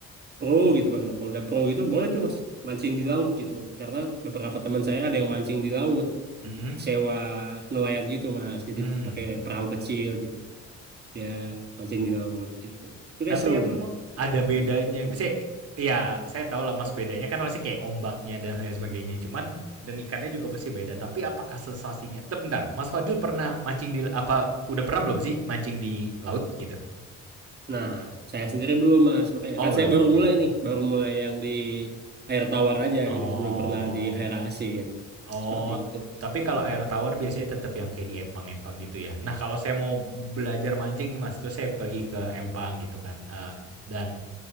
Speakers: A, on the right; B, on the right.
A: pro gitu kan. Kalau udah pro gitu boleh tuh mas mancing di laut gitu. Karena beberapa teman saya ada yang mancing di laut,
B: mm -mm,
A: sewa nelayan gitu mas. Jadi
B: mm.
A: pakai perahu kecil gitu. Dia mancing di laut gitu. Itu
B: Tapi
A: kayak seru
B: emang
A: tuh.
B: ada bedanya. Misalnya, ya saya tahu lah mas bedanya kan pasti kayak ombaknya dan lain sebagainya. Cuman dan ikannya juga pasti beda. Tapi apakah sensasinya? Tapi bentar, Mas Fadil pernah mancing di apa? Udah pernah belum sih mancing di laut gitu?
A: Nah, saya sendiri belum mas, makanya
B: Oh
A: kan
B: belum,
A: saya baru
B: oke.
A: mulai nih, baru mulai yang di air tawar aja
B: Oh,
A: gitu, yang sebelum pernah di air asin.
B: oh.
A: Seperti itu. Mas.
B: Tapi kalau air tawar biasanya tetap yang kayak di empang-empang gitu ya. Nah kalau saya mau belajar mancing nih mas, itu saya pergi ke empang gitu kan. Eh, dan